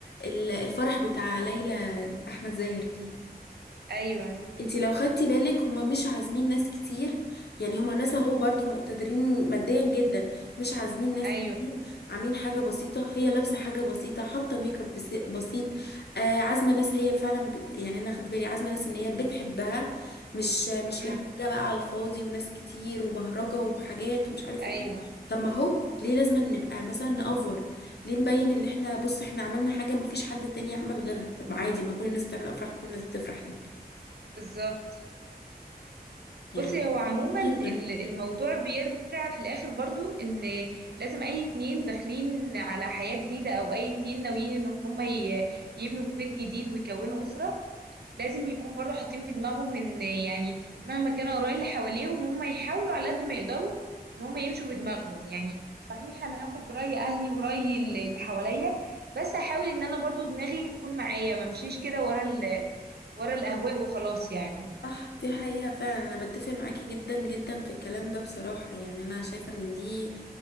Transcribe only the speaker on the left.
ال- الفرح بتاع ليلى احمد زاهر دي
انتي لو خدتي بالك هما مش عازمين ناس كتير يعني هما ناس اهو برضو مقتدرين ماديا جدا مش عازمين ناس
كتير عاملين حاجة بسيطة هي لابسة حاجة بسيطة حاطة ميك اب بس- بسيط آه عازمة ناس هي فعلا بت... يعني انا خدت بالي عازمة ناس ان هي بتحبها مش مش
لهجة بقى على الفاضي وناس كتير وبهرجة وحاجات ومش عارف
ايه طب ما هو ليه لازم نبقى مثلا نأفور ليه نبين اللي احنا بص احنا عملنا حاجة مفيش حد تاني عمل غيرها طب ما عادي ما كل الناس بتعمل افراح كل الناس بتفرح يعني
يعني
جدا
صح دي حقيقة فعلا أنا بتفق معاكي جدا جدا في الكلام ده بصراحة يعني أنا شايفة إن دي